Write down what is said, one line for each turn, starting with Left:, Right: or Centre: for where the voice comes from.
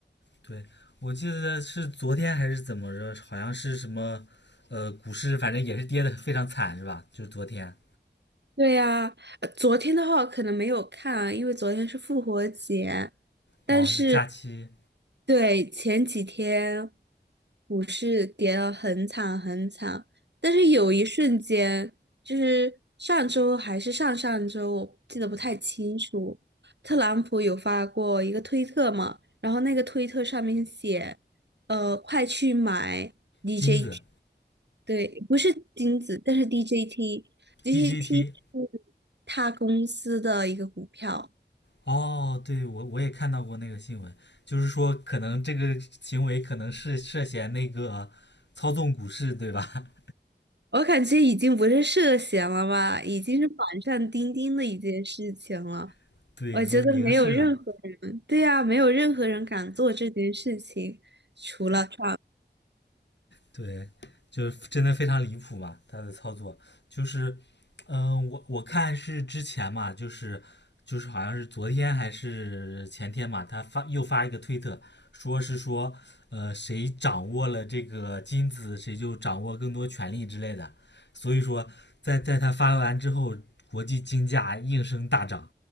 Left: 对，我记得是昨天还是怎么着，好像是什么，呃，股市反正也是跌的非常惨是吧？就是昨天，
Right: 对呀，呃昨天的话我可能没有看啊，因为昨天是复活节，但是
Left: 哦，是假期
Right: 对前几天股市跌得很惨很惨，但是有一瞬间，就是上周还是上上周，我记得不太清楚，特朗普有发过一个推特嘛，然后那个推特上面写，呃，快去买 DJT。
Left: 金子
Right: 对，不是金子，但是 DJT，DJT
Left: DGT，
Right: 是他公司的一个股票，
Left: 哦，对我我也看到过那个新闻，就是说可能这个行为可能是涉嫌那个操纵股市对吧？
Right: 我感觉已经不是涉嫌了吧，已经是板上钉钉的一件事情了。
Left: <laughs> 对，
Right: 我觉得没有任何人，
Left: 已经明示了。
Right: 对呀，没有任何人敢做这件事情，除了 t
Left: 对，就是真的非常离谱嘛，他的操作就是，嗯、呃我我看是之前嘛，就是就是好像是昨天还是前天嘛，他发又发一个推特，说是说，呃，谁掌握了这个金子，谁就掌握更多权力之类的，所以说在在他发完之后，国际金价应声大涨。